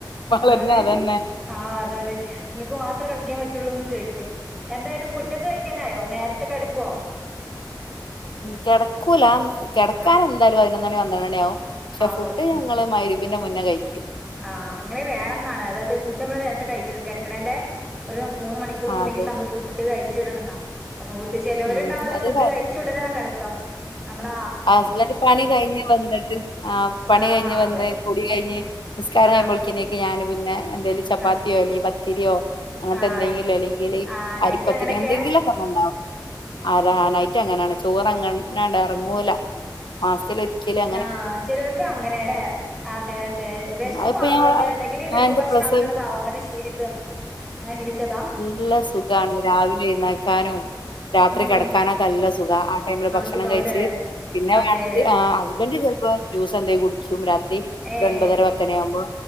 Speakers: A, on the left; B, in the centre.
A: വളർന്ന
B: അതാണ്
A: അതന്നെ
B: ആഹ് അതാണ് ഇങ്ങക്ക് മാത്രേ കളിക്കാൻ പറ്റയുള്ളൂ എന്ന് ചോയ്ക്കും എന്താണ്ട് ഫുഡ് ഒക്കെ കഴിക്കാനായോ നേരത്തെ കെടക്കോ
A: കെടക്കൂല കെടക്കാൻ
B: ആഹ്
A: എന്തായാലും പതിനൊന്നണി പന്ത്രണ്ട് മണിയാവും പക്ഷെ
B: ആവോ
A: ഫുഡ്
B: ഉം
A: ഞങ്ങള് മയ്രിബിന്റെ മുന്നേ കഴിക്കും
B: ആഹ് അങ്ങനെ വേണം എന്നാണ് അതായത് ഫുഡ് നമ്മള് നേരത്തെ കഴിച്ചി കിടക്കണേന്റെ ഒരു മൂന്ന് മണിക്കൂർ
A: ആ,
B: മുന്നെങ്കില്
A: അത്
B: നമ്മള് ഫുഡ് കഴിച്ചിടണംന്നാ അപ്പൊ ട്ട് ചെലോരുണ്ടാവലോ
A: ഉം അത്
B: ഫുഡ് കഴിച്ച ഉടനെ കിടത്തം നമ്മള
A: ഹസ്ബന്റ് പണി കഴിഞ്ഞ് വന്നിട്ട് ആ പണി
B: ആഹ്
A: കഴിഞ്ഞ്
B: അതെ
A: വന്ന്
B: അതെ
A: കുളി കഴിഞ്ഞ് നിസ്കാരം കയ്യുമ്പോളേക്കും
B: ആഹ്
A: ഞാന് പിന്നെ എന്തേലും ചപ്പാത്തിയോ
B: ആഹ്
A: അല്ലെ പത്തിരിയോ അങ്ങനത്തെ
B: ആഹ്
A: എന്തെങ്കിലും
B: അത് ശരി
A: അല്ലെങ്കിൽ
B: ആഹ്
A: അരിപ്പത്തിരി
B: നൈറ്റ് അങ്ങനെയൊക്കെ
A: എന്തെങ്കിലും ണ്ടാവും ആരാ നൈറ്റ്‌ അങ്ങനാണ് ചോറ്ങ്ങനണ്ട് എറങ്ങൂല മാസത്തിലൊരിക്കലാ
B: ആഹ് ചെലോൽക്ക് അങ്ങനെല്ലേ അതെ അതെ
A: ഉം അതിപ്പോ
B: മാറി
A: ഞാൻ ഇവിടെ-
B: ഓണ്ടേ അല്ലെങ്കിൽ
A: ഞാൻ
B: ലഘുഭക്ഷണം
A: എന്റെ പ്രസവം
B: ആക്കണതാവും അങ്ങനെ ശീലിപ്പ അങ്ങനെ ശീലിച്ചതാ
A: നല്ല സുഖാണ് രാവിലെ എഴ്ന്നേക്കാനും രാത്രി
B: ഉം
A: കിടക്കാനൊക്കെ നല്ല സുഖ ആ ടൈമില്
B: നല്ല
A: ഭക്ഷണം
B: സുഖാവുല്ലേ
A: കഴിച്ച് പിന്നെ
B: അതെ
A: വേണെങ്കി ആ ഹസ്ബന്റ് ചെലപ്പോ ജ്യൂസ് എന്തേം കുടിക്കും രാത്രി
B: ഏഹ്
A: ഒര ഒൻപതര എട്ട് മണിആകുമ്പോ